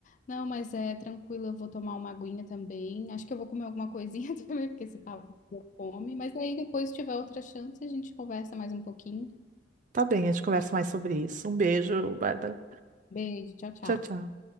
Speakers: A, on the left; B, on the right.
A: Não, mas é tranquilo, eu vou tomar uma aguinha também. Acho que eu vou comer alguma coisinha <laughs> também, porque esse papo me deu fome. Mas aí depois, se tiver outra chance, a gente conversa mais um pouquinho.
B: Tá bem, a gente conversa mais sobre isso. Um beijo, Bárbara.
A: Beijo, tchau, tchau.
B: Tchau, tchau.